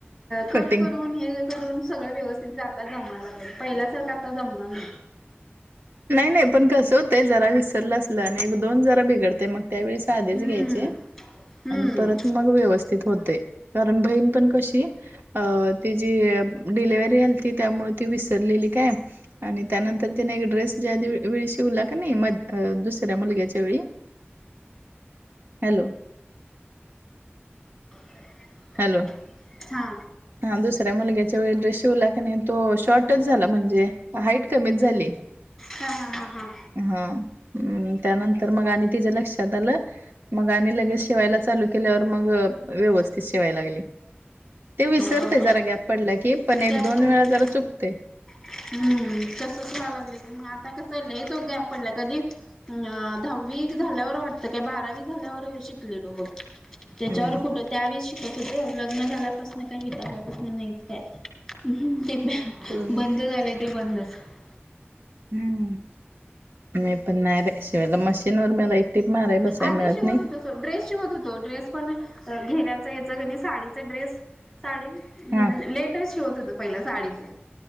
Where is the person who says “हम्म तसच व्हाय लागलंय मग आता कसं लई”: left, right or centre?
Centre